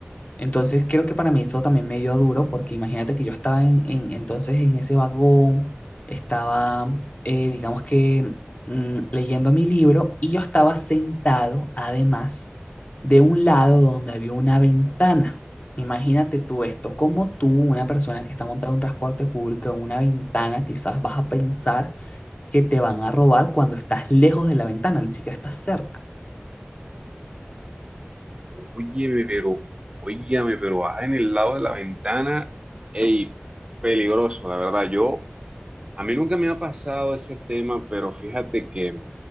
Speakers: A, on the left; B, on the right.
A: Entonces creo que para mí eso también me dio duro, porque imagínate que yo estaba en, en- entonces en ese vagón, estaba, eh, digamos que mm, leyendo mi libro y yo estaba sentado además de un lado donde había una ventana. Imagínate tú esto, como tú, una persona que está montada en un transporte público, en una ventana, quizás vas a pensar que te van a robar cuando estás lejos de la ventana, ni siquiera estás cerca.
B: Óyeme, pero, óyeme, pero baja en el lado de la ventana. Ey, peligroso, la verdad. Yo A mí nunca me ha pasado ese tema, pero fíjate que